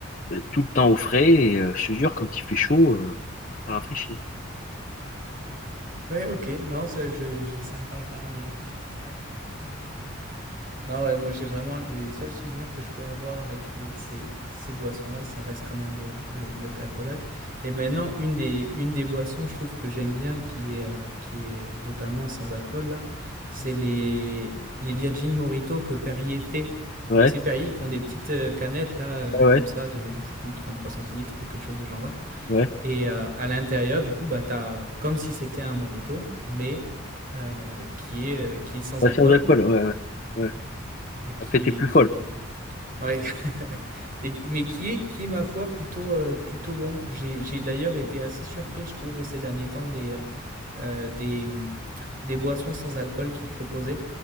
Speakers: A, on the left; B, on the right.
A: ben, tout le temps au frais. Et euh, je te jure, quand il fait chaud, euh, ça rafraîchit.
B: Ouais, ok, non, je, je, je- ça me parle pas, mais. ah, Ouais, ok. Non, ouais, moi j'ai vraiment les seuls souvenirs que je peux avoir avec les- ces, ces boissons-là, ça reste quand même le, le, le cacolac. Et maintenant, une des, une des boissons, je trouve que j'aime bien, qui est, euh, qui est notamment sans alcool, là, c'est les, les Virgin Morito que Perrier fait.
A: Ouais,
B: Tu sais, Perrier, ils font des petites euh, canettes, là, euh,
A: ouais,
B: comme
A: ouais.
B: ça, de, je sais plus, trente trois centilitres ou quelque chose de genre là.
A: ouais.
B: Et euh, à l'intérieur, du coup, bah, t'as comme si c'était un Morito, mais euh, qui est, euh, qui est sans
A: Ouais,
B: alcool
A: sans alcool, ouais, ouais. ouais.
B: et qui
A: La fête est plus
B: est, qui
A: folle.
B: est Ouais. <laughs> Et- mais qui est, qui est, ma foi, plutôt, euh, plutôt bon. J'ai, j'ai d'ailleurs été assez surpris, je trouve, ces derniers temps, des, euh, euh, des, des boissons sans alcool qu'ils proposaient.